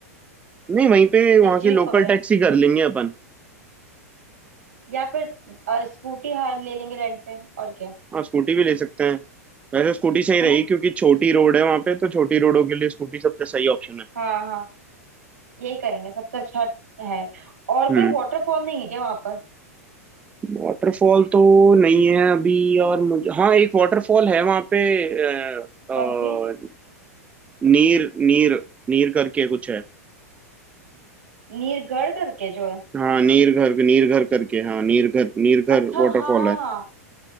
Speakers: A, on the right; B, on the right.
A: नहीं वहीं पे वहाँ
B: या
A: की
B: जीप
A: लोकल
B: वगैरह
A: टैक्सी कर लेंगे अपन
B: या फिर अ, स्कूटी हाँ ले लेंगे रेंट पे और क्या
A: हाँ स्कूटी भी ले सकते हैं वैसे स्कूटी सही रही
B: है ना
A: क्योंकि छोटी रोड है वहाँ पे तो छोटी रोडों के लिए स्कूटी सबसे सही ऑप्शन है
B: हाँ हाँ यही करेंगे सबसे अच्छा है और
A: हम्म।
B: कोई वाटरफॉल नहीं है क्या वहां पर
A: वाटरफॉल तो नहीं है अभी और मुझे हाँ एक वाटरफॉल है वहाँ पे अ, अ,
B: कौन सी
A: नीर नीर नीर करके कुछ है
B: नीरगढ़ करके जो है
A: हाँ नीर घर नीर घर करके हाँ नीर घर नीर घर
B: अच्छा
A: वाटरफॉल
B: हाँ
A: है